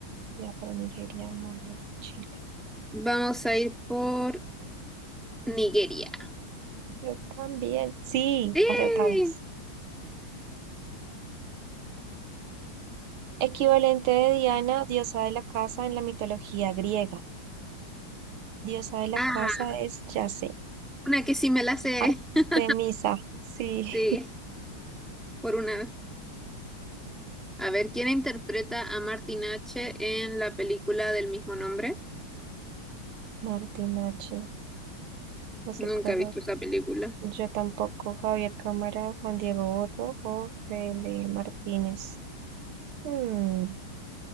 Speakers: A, on the right (about 80°); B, in the centre.
A: Biafra, Nigeria, Mali, Chile.
B: Vamos a ir por Nigeria.
A: Yo también. Sí,
B: ¡Sí!
A: acertamos. Equivalente de Diana, diosa de la casa en la mitología griega. Diosa de la
B: Ah,
A: casa es, ya sé,
B: una que sí me la sé.
A: Artemisa.
B: <laughs>
A: Sí,
B: Sí, por una. A ver, ¿quién interpreta a Martin H. en la película del mismo nombre?
A: <laughs> Martín H. No sé
B: Nunca
A: cómo.
B: he visto esa película.
A: Yo tampoco, Javier Cámara, Juan Diego Otto o Fele Martínez. Hmm,